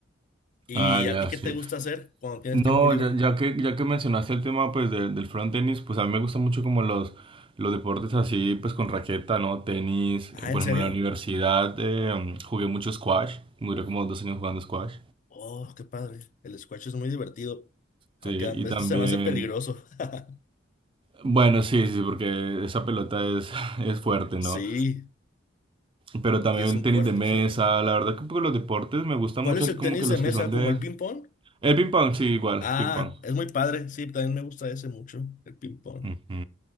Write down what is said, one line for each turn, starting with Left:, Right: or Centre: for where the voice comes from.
Left: ¿Y
Right: Ah, ya,
Left: a ti qué
Right: sí.
Left: te gusta hacer cuando tienes
Right: No,
Left: tiempo libre?
Right: ya, ya que, ya que mencionaste el tema pues de- del front tenis, pues a mí me gusta mucho como los, los deportes así pues con raqueta, ¿no? Tenis,
Left: Ah,
Right: eh, por
Left: ¿en serio?
Right: ejemplo en la universidad eh, mm, jugué mucho squash, duré como dos años jugando squash.
Left: Oh, qué padre. El squash es muy divertido,
Right: Sí,
Left: aunque a veces
Right: y también,
Left: se me hace peligroso. <laughs>
Right: bueno, sí, sí, porque esa pelota es, <laughs> es fuerte, ¿no?
Left: Sí,
Right: Pero también
Left: y es un
Right: tenis
Left: cuarto
Right: de mesa,
Left: cerrado.
Right: la verdad que pues, los deportes me gustan
Left: ¿Cuál
Right: mucho,
Left: es
Right: así
Left: el
Right: como
Left: tenis
Right: que los
Left: de mesa
Right: que son de...
Left: como el ping-pong?
Right: El ping pong, sí, igual,
Left: Ah,
Right: ping pong.
Left: es muy padre. Sí, también me gusta ese mucho, el ping-pong.
Right: Ujú.